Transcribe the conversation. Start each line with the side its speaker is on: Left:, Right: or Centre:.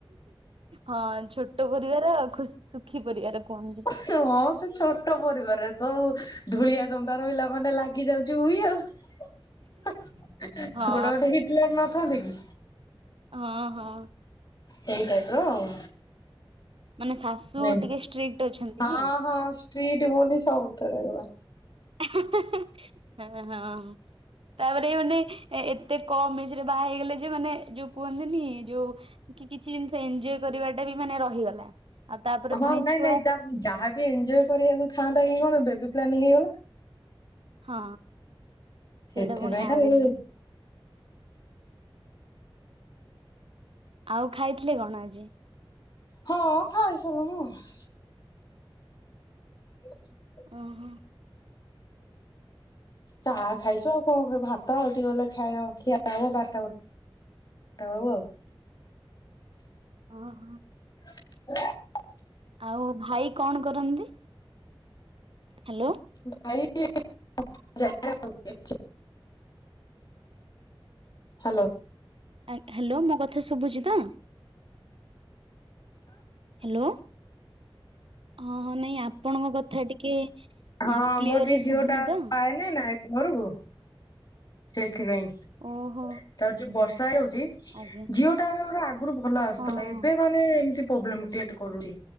Right: ହଁ ଛୋଟ ପରିବାର ଖୁସ ସୁଖୀ ପରିବାର କୁହନ୍ତି।
Left: ହଁ ସେ ଛୋଟ ପରିବାରରେ ତ ଧୂଳିଆ ଜନ୍ଦା ରହିଲା ମାନେ ଲାଗି ଯାଉଚି ଉଇ ଆଉ। ଗୋଟେ
Right: ହଁ
Left: ଗୋଟେ ହିଟଲର୍ ନଥାନ୍ତି କି?
Right: ହଁ ହଁ।
Left: ସେଇ ଟାଇପ୍ ର ଆଉ।
Right: ମାନେ ଶାଶୁ
Left: ନାଇଁ।
Right: ଟିକେ ଷ୍ଟ୍ରିକ୍ଟ। ଅଛନ୍ତି
Left: ହଁ
Right: କି?
Left: ହଁ ଷ୍ଟ୍ରିଟ ବୋଲି ସବୁଥେରେ ଆ
Right: ଆ ହା ହା ହା ହେଁ ହଁ। ତାପରେ ମାନେ ଏତେ କମ୍ ଏଜ୍ ରେ ବାହା ହେଇଗଲେ ଯେ ମାନେ ଯୋଉ କୁହନ୍ତିନି ଯୋଉ କି କିଛି ଜିନିଷ ଏଞ୍ଜୟ୍ କରିବା ଟା ବି ମାନେ ରହିଗଲା। ଆଉ ତାପରେ
Left: ହଁ
Right: ପୁଣି
Left: ନାଇଁ
Right: ଛୁଆ
Left: ନାଇଁ ଯା ଯାହାବି ଏଞ୍ଜୟ୍ କରିବାକୁ ଥାନ୍ତା କି କଣ ବେବି ପ୍ଲାନିଂ ହେଇଗଲା।
Right: ହଁ
Left: ସେଥିପାଇଁ
Right: ସେଇଟା ପୁଣି ଆଉରି
Left: ଆଉ।
Right: ନୁଏ। ଆଉ ଖାଇଥିଲେ କଣ ଆଜି?
Left: ହଁ ଖାଇସାରଲିଣି। <unintelligible>
Right: ଓ ହଁ।
Left: ଚାହା ଖାଇଚୁ ଆଉ କଣ କରବୁ ଭାତ ଆଉ ଟିକେ ଗଲେ ଖାୟା ଖିଆ ହବ ବାରଟା ବେଳକୁ। ତଳୁ ଆଉ।
Right: ହ ହ।
Left: <inaudible>
Right: ଆଉ ଭାଇ କଣ କରନ୍ତି? ହ୍ୟାଲୋ।
Left: <inaudible> ହାଲୋ।
Right: ଆଗ୍ ହ୍ୟାଲୋ ମୋ କଥା ଶୁଭୁଚି ତ? ହେଲୋ ହଁ ହଁ ନାଇଁ ଆପଣଙ୍କ କଥା ଟିକେ
Left: ହଁ
Right: କ୍ଲିଅରରେ
Left: ମୋର ଟିକେ ଜିଓ
Right: ଶୁଭୁନି
Left: ଟାୱାର
Right: ତ
Left: ପାଏ ନାଇଁ ନା ଏତ୍ ଘରୁକୁ ସେଥିପାଇଁ
Right: ଓହୋ
Left: ତାପରେ ଯୋଉ ବର୍ଷା ହେଉ ଚି
Right: ଆଜ୍ଞା
Left: ଜିଓ ଟାୱାର ପୁରା ଆଗୁରୁ ଭଲ ଆସୁଥିଲା
Right: ହଁ
Left: ଏବେ ମାନେ ଏମତି ପୋବ୍ଲେମ କ୍ରିଏଟ କରୁଚି।